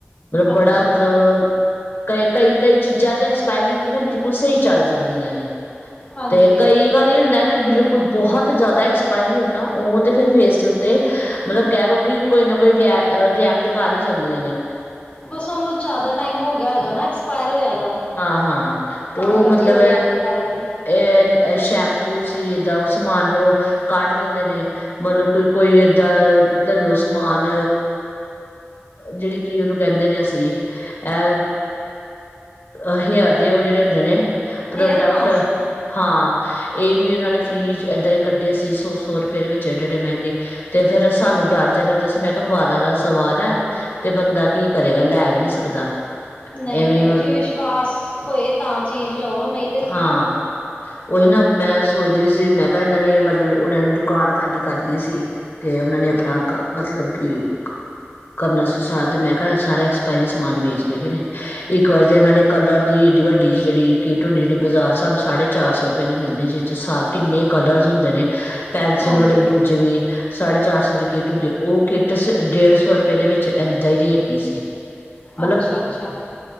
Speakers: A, on the left; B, on the left.
A: ਬੜਾ
B: ਅੱਛਾ
A: ਮਤਲਬ, ਕ ਕਈ-ਕਈ ਚੀਜ਼ਾਂ ਤੇ ਐਕਸਪਾਇਰੀ ਵੀ ਨਾ ਬਿਲ ਕੁ ਸਈ ਚਲ ਜਾਂਦੀਆਂ ਨੇ,
B: ਹਾਂਜੀ
A: ਤੇ ਕਈ
B: ਹਾਂਜੀ
A: ਵਾਰੀ ਹੁੰਦਾ ਕੇ ਬਿਲ ਕੁਲ ਬਹੁਤ ਜਾਦਾ ਐਕਸਪਾਇਰੀ ਹੋ ਜਾਣ ਨਾ ਉਹ ਤਾਂ ਫਿਰ ਫੇਸ ਦੇ ਉੱਤੇ ਮਤਲਬ ਕਹਿ ਲੋ ਕਿ ਕੋਈ ਨਾ ਕੋਈ ਰਿਐਕਟ ਕਰ ਈ ਜਾਂਦੀਆਂ ਨੇ।
B: ਬਸ ਉਹਨੂੰ ਜਿਆਦਾ ਟਾਈਮ ਹੋ ਗਿਆ ਹੋਏਗਾ ਨਾ ਐਕਸਪਾਇਰ ਹੋਇਆ ਦਾ।
A: ਹਾਂ-ਹਾਂ ਤੇ
B: ਤਾਂ
A: ਉਹ
B: ਕਰਕੇ
A: ਮਤਲਬ
B: ਰਿਐਕਟ ਕਰ ਗਈ
A: ਇਹ ਸ਼ੈਂਪੂ ਸੀ ਏਦਾਂ ਉਹ ਸਮਾਨ ਫਿਰ ਉਹ ਕੱਢ ਦਿੰਦੇ ਨੇ। ਮਤਲਬ ਕੋਈ ਲੇਲੋ ਸਮਾਨ ਜੇੜੀ ਕੀ ਓਨੂੰ ਕੇਂਦੇ ਨੇ ਅਸੀਂ ਅ ਆਹੀ ਆਂਦੇ ਉਹ ਜੇੜੇ ਹੁੰਦੇ ਨੇ, ਪ੍ਰੋਡਕਟ
B: ਹੇਅਰ ਮਾਸਕ
A: ਹਾਂ, ਇਹ ਵੀ ਓਨਾ ਨੇ ਫਰੀ ਚ ਏਦਾਂ ਈ ਕੱਢੇ ਸੀ ਸੋ - ਸੋ ਰੁਪੈ ਦੇ ਵਿੱਚ ਏਡੇ- ਏਡੇ ਮੈਂਗੇ। ਤੇ ਫੇਰ ਸਾਨੂੰ ਡਰ ਜਾ ਲਗਦਾ ਸੀ ਮੈਂ ਕਾ ਬਾਲਾਂ ਦਾ ਸਵਾਲ ਐ ਤੇ ਬੰਦਾ ਕੀ ਕਰੇਗਾ ਲੈ ਵੀ ਨਹੀਂ ਸਕਦਾ
B: ਨਈ-ਨਈ
A: ਐਵੇਂ
B: ਜੀ ਵਿਸ਼ਵਾਸ ਹੋਏ ਤਾਂ ਚੀਜ਼ ਲਓ ਨਈ
A: ਹਾਂ। ਉਹੀ ਨਾ ਮੈਂ ਸੋਚਦੀ ਸੀ ਮੈਂ ਕਿਆ ਏਨਾ ਨੇ ਮਤਲਬ ਓਨਾਂ ਨੇ ਦੁਕਾਨ ਖਾਲੀ ਕਰਨੀ ਸੀ। ਤੇ ਓਨਾ ਨੇ ਆਪਣਾ ਕ ਮਤਲਬ ਕਿ ਕਰਨਾ ਸੀ ਸਾਰ ਤੇ ਮੈਂ ਕਿਆ ਸਾਰਾ ਐਕਸਪਾਇਰੀ ਸਮਾਨ ਵੇਚ ਰੇਵੇ ਨੇ, ਇੱਕ ਵਾਰ ਤਾਂ ਏਨਾਂ ਨੇ ਕਲਰ ਦੀ ਐਡੀ ਵੱਡੀ ਜੇੜੀ ਕਿੱਟ ਹੁੰਦੀ, ਜੇੜੀ ਬਾਜ਼ਾਰ ਸਾਨੂੰ ਸਾਢੇ- ਚਾਰ ਸੌ ਰੁਪੈ ਦੀ ਮਿਲਦੀ ਜੀ ਚ ਸਾ ਕਿੰਨੇ ਕਲਰਜ ਹੁੰਦੇ ਨੇ। ਪੈਨਸਿਲ
B: ਹਾਂਜੀ
A: ਵਾਲੇ ਵੀ ਦੂਜੇ ਵੀ ਸਾਢੇ ਚਾਰ ਸੌ ਦੀ ਕਿੱਟ ਹੁੰਦੀ ਐ, ਉਹ ਕਿੱਟ ਡੇਢ ਸੌ ਦੇ ਵਿੱਚ ਐਦਾਂ ਈ ਦੇਤੀ ਸੀ, ਮਤਲਬ
B: ਅੱਛਾ ਅੱਛਾ